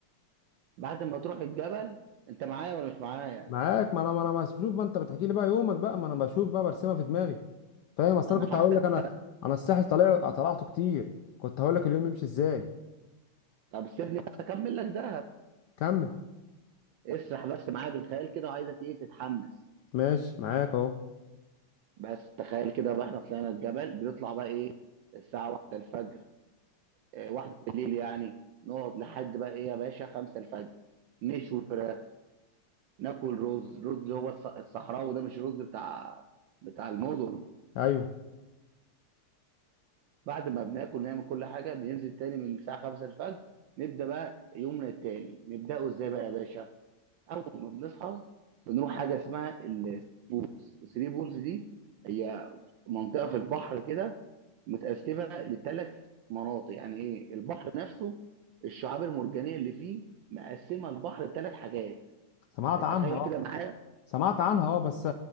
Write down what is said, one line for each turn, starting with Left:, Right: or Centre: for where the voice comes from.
Right: بعد ما تروح الجبل انت معايا ولا مش معايا
Left: معاك ما انا ما انا بشوف ما انت بتحكي لي بقى يومك بقى ما انا بشوف بقى برسمها في دماغي فاهم اصل
Right: انا
Left: انا كنت
Right: حاسك
Left: هقول لك انا انا الساحل طلع طلعته كتير كنت هقول لك اليوم يمشي ازاي
Right: طب سيبني بس اكمل لك دهب
Left: كمل
Right: اسرح بس معايا بالخيال كده وعايزك ايه تتحمس
Left: ماشي معاك اهو
Right: بس تخيل كده بقى احنا طلعنا الجبل بنطلع بقى ايه الساعه واحدة الفجر اه، واحدة بالليل يعني نقعد لحد بقى ايه يا باشا خمسة الفجر نشوي فراخ ناكل رز رز اللي هو الص- الصحراوي ده مش رز بتاع بتاع المدن
Left: ايوه
Right: بعد ما بناكل نعمل كل حاجه بننزل تاني من الساعه 5 الفجر نبدا بقى يومنا التاني نبداه ازاي بقى يا باشا اول ما بنصحى بنروح حاجه اسمها البولز الثري بولز دي هي منطقه في البحر كده متقسمه لثلاث مناطق يعني ايه البحر نفسه الشعاب المرجانيه اللي فيه مقسمه البحر لثلاث حاجات
Left: سمعت
Right: تتخيل
Left: عنها اه
Right: كده معايا
Left: سمعت عنها اه بس